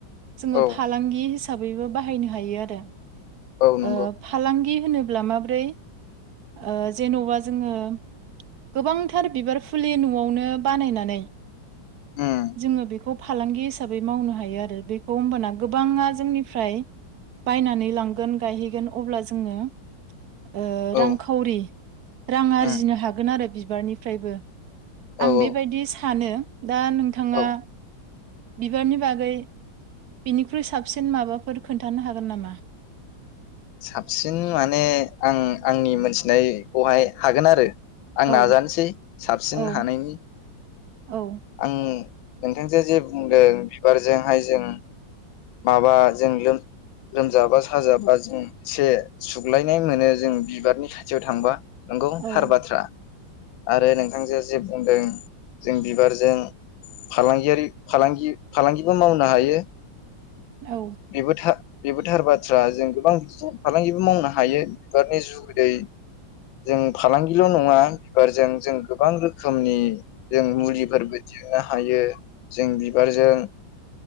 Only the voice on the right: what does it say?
जोङो
फालांगि हिस हिसाबैबो बाहायनो हायो आरो
ओ फालांगि होनोब्ला माब्रै ओ जेन'बा जोङो गोबांथार बिबार फुलि न'आवनो बानायनानै
जोङो बेख बेखौ फालांगि हिसाबै मावनो हायो आरो बेखौ हबाना गोबाङा जोंनिफ्राय बायनानै लांगोन गायहैगोन अब्ला जोङो ओ
रांखावरि रां आरजिनो
हागोन आरो बि बिबारनिफ्रायबो आं
बेबायदि स सानो दा नोंथाङा
बिबारनि बागै बिनिख्रुइ साबसिन माबाफोर खोन्थानो हागोन नामा?
औ
औ
औ
औ
औ